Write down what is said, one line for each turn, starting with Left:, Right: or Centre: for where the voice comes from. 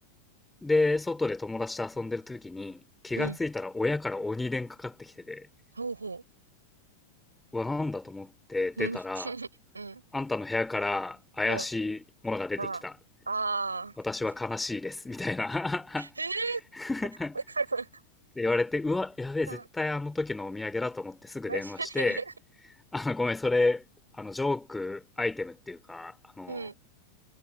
Centre: で、外で友達と遊んでる時に、気がついたら親から鬼電かかってきてて、
Right: うん。ほうほう。
Centre: うわ、なんだと思って出たら、
Right: うん。<laughs> うん。
Centre: あんたの部屋から怪しいものが出てきた。
Right: うん。ああ。ああ。
Centre: 私は悲しいです。みたいな <laughs>
Right: <laughs> ええわかる。<laughs>
Centre: で言われて、うわ、やべえ、
Right: うん。
Centre: 絶対あの時のお土産だと思ってすぐ電話して、
Right: <laughs>
Centre: あの、ごめん、それ、あの、ジョークアイテムっていうか、あの、
Right: うん。